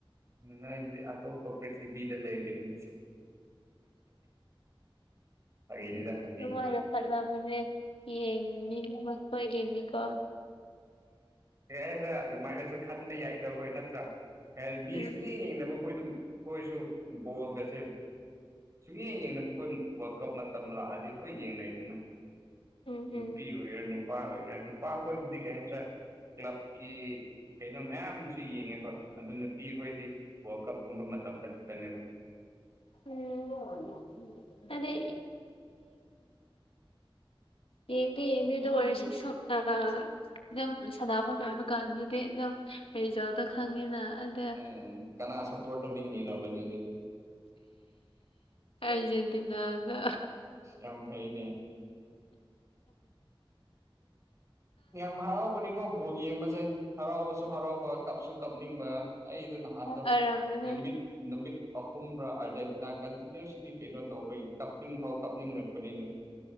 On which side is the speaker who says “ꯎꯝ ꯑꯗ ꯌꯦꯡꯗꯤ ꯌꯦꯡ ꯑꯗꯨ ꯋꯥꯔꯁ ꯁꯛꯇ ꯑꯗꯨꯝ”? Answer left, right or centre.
Left